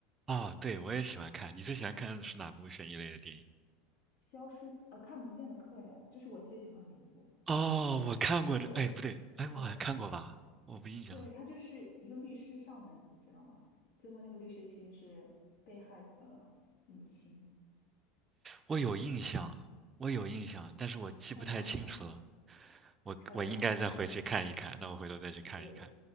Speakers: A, on the right; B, on the left.
A: 哦，对，我也喜欢看，你最喜欢看的是哪部悬疑类的电影？
B: 《消失呃看不见的客人》，这是我最喜欢的一部。
A: 哦，我看过这，
B: 就我
A: 哎，不对，哎，
B: 对
A: 我好像看过吧？我不印象了，
B: 对，他就是一个律师上门，你知道吗？最后那个律师其实是被害的母亲，
A: 我有印象，我有印象，但是我记不太清楚了。
B: 超级好看，
A: 我我应该再回去看一看，
B: 超级好看，
A: 那我回头再去看一看。
B: 对